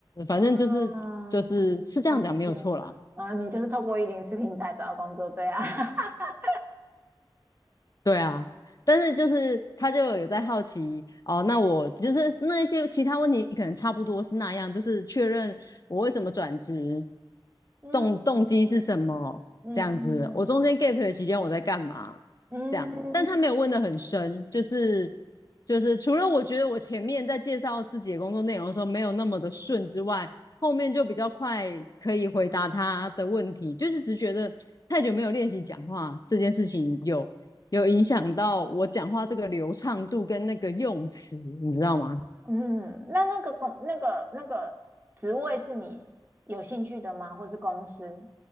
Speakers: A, on the left (about 45°); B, on the right (about 25°).
A: 反正就是就是是这样讲没有错啦。
B: 嗯嗯，嗯啊，你就是透过一零四平台找到工作，对啊，<laughs>
A: 对啊，但是就是他就有在好奇哦，那我就是那一些其他问题可能差不多是那样，就是确认我为什么转职，
B: 嗯
A: 动动机是什么这样子，
B: 嗯嗯嗯
A: 我中间 gap 的期间我在干嘛这样，
B: 嗯。
A: 但他没有问的很深，
B: 嗯
A: 就是就是除了我觉得我前面在介绍自己的工作内容的时候没有那么的顺之外，后面就比较快可以回答他的问题，就是只觉得太久没有练习讲话这件事情有。有影响到我讲话这个流畅度跟那个用词，你知道吗？
B: 嗯，那那个公那个那个职位是你有兴趣的吗？或是公司？